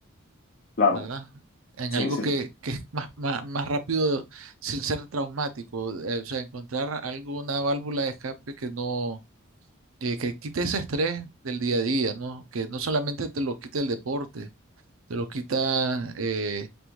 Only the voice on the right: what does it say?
¿verdad? En
algo
que, que es más, más, más rápido sin ser traumático, eh, o sea, encontrar algo, una válvula de escape que no, que, que quite ese estrés del día a día, ¿no? Que no solamente te lo quita el deporte, te lo quita eh,